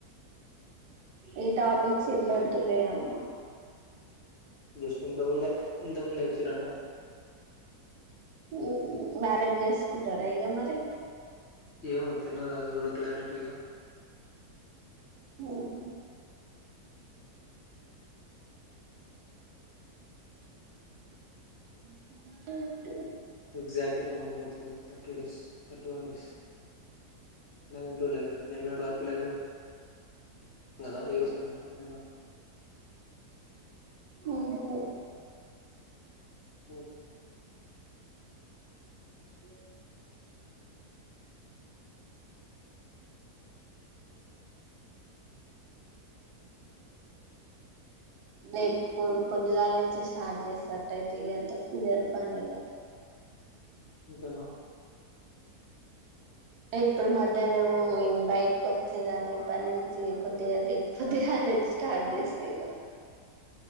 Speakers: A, on the right; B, on the left.
A: ఈ టాపిక్స్ ఇల్లవోదులే అమ్మ
B: జస్ట్ ఇంతకముందె ఇంతకు ముందె వచ్చి రంటా
A: మ్ మ్యారేజ్ చేసుకుంటారా ఇగా మరి
B: ఎమో తెలువదు అదిగూడా క్లారిటీగా
A: ఉహు <unintelligible>
B: ఎగ్జాక్ట్ వన్ మంత్ అవుతుంది thirty days thirty one days eleven to eleven నిన్నటివరకు లెవన్ గదా ఈరోజెనంట నిన్న
A: ఉహు
B: మ్
A: ఏస రేపు పొద్దుగాల నుంచి స్టార్ట్ చేసినట్టయితే ఇ కుదేర్ పనీఇగా
B: ఇంతేన
A: ఇప్పుడు మధ్యాహ్నం బయటకి వచ్చేదాన్ని ఇప్ప నుంచి కోద్దిగా పొద్దుగాల లేచ్చి స్టార్ట్ చేస్తా ఇగా